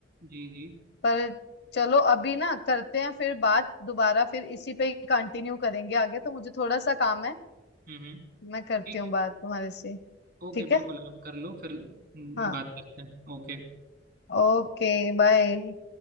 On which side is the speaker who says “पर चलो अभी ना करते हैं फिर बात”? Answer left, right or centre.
Left